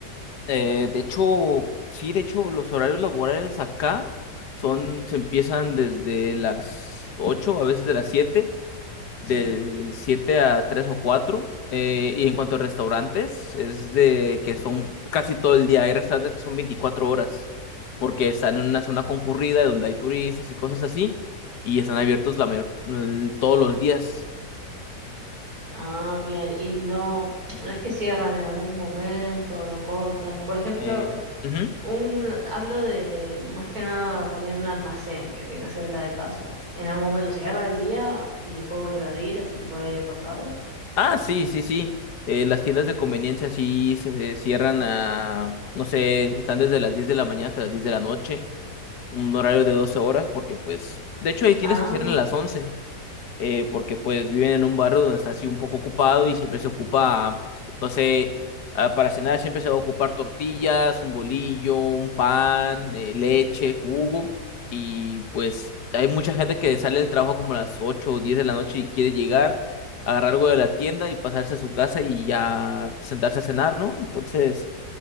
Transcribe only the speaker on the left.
Eh, de hecho, sí, de hecho, los horarios laborales acá son, se empiezan desde las 8 a veces de las siete
de 7 a 3 o cuatro Eh, y en cuanto a restaurantes, es de que son casi todo el día. Hay restaurantes que son 24 horas, porque están en una zona concurrida donde hay turistas y cosas así, y están abiertos la mayor- el- todos los días.
Eh, ujú.
Ah, sí, sí, sí. Eh, las tiendas de conveniencia sí se cierran a, no sé, están desde las 10 de la mañana hasta las 10 de la noche, un horario de 12 horas, porque pues, de hecho hay tiendas
que cierran a las once eh, porque pues viven en un barrio donde está así un poco ocupado y siempre se ocupa, no sé, ah, para cenar siempre se va a ocupar tortillas, un bolillo, un pan, eh, leche, jugo y pues hay mucha gente que sale del trabajo como a las 8 o 10 de la noche y quiere llegar, agarrar algo de la tienda y pasarse a su casa y ya sentarse a cenar, ¿no? Entonces,